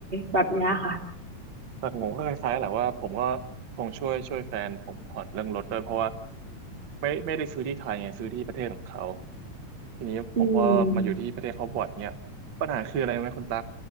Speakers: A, on the right (about 20°); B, on the right (about 60°).
A: แบบเนี้ยค่ะ
B: แต่ผมก็คล้ายๆแหละว่าผมก็คงช่วยช่วยแฟนผมผ่อนเรื่องรถด้วยเพราะว่าไม่ไม่ได้ซื้อที่ไทยไงซื้อที่ประเทศของเขาทีนี้ผมก็มาอยู่ที่ประเทศเขาบ่อยเนี่ยปัญหาคืออะไรรู้ไหมคุณตั๊ก
A: อืม